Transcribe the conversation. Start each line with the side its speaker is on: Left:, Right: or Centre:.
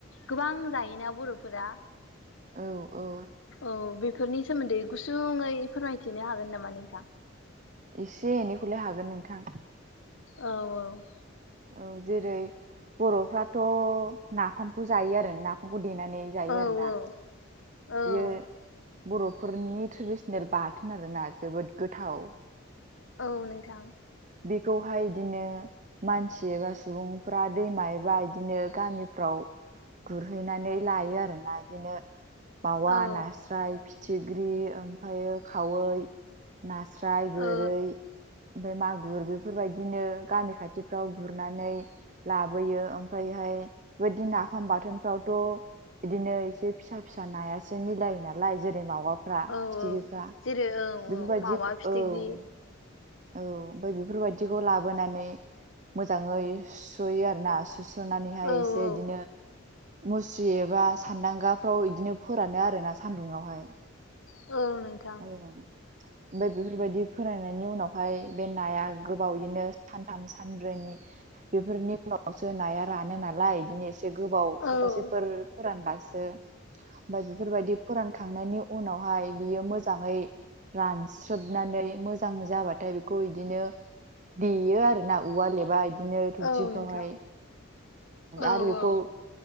Left: गोबां जायोना बर'फोरा।
Right: औ औ।
Left: औ बेफोरनि सोमोन्दै गुसुङै फोरमायथिनो हागोन नामा नोंथां?
Right: एसे एनैखौलाय हागोन नोंथां।
Left: औ औ।
Right: औ जेरै बर'फ्राथ' नाफामखौ जायो आरो नाफामखौ देनानै जायो
Left: औ
Right: आरो
Left: औ
Right: ना।
Left: औ
Right: बेयो बर'फोरनि ट्रेडिसनेल बाथोन आरोना जोबोद गोथाव।
Left: औ नोंथां।
Right: बेखौहाय इदिनो मानसि एबा सुबुंफ्रा दैमा एबा इदिनो गामिफ्राव गुरहैनानै लायो आरोना इदिनो मावा
Left: औ
Right: नास्राय फिथिख्रि ओमफायो खावै नास्राय गोरै
Left: औ
Right: ओमफाय मागुर बेफोरबायदिनो गामि खाथिफ्राव गुरनानै लाबोयो ओमफायहाय बेबदिनाफाम बाथोनफ्रावथ' इदिनो इसे फिसा फिसा नायासो मिलायो नालाय जेरै मावा फ्रा
Left: औ
Right: फिथिख्रिफ्रा
Left: औ जेरै औ
Right: बेफोरबायदि
Left: औ मावा फिथिख्रि
Right: औ। औ ओमफ्राय बेफोरबायाददिखौ लाबोनानै मोजाङै सुयो आरोना सुस्र' फ'नानैहाय
Left: औ
Right: एसे
Left: औ
Right: इदिनो मुस्रि एबा सान्दांगाफ्राव इदिनो फोरानो आरो ना सान्दुंङावहाय
Left: औ नोंथां
Right: औ ओमफ्राय बेफोरबायदि फोरोंनायनि उनावहाय बे नाया गोबाव बिदिनो सानथाम सानब्रैनि बेफोरनि उनावसो नाया रानो नालाय बिदिनो एसे एसे गोबाव सप्तासेफोर
Left: औ
Right: फोरानबासो ओमफ्राय बेफोरबायदि फोरानखांनायनि उनावहाय बियो मोजां मोजाङै रानस्रोबनानै मोजां जाबाथाय बेखौ बिदिनो देयो आरो ना औवा लेबा बिदिनो थौसिफ्रावहाय
Left: औ नोंथां औ
Right: आरो बेखौ
Left: औ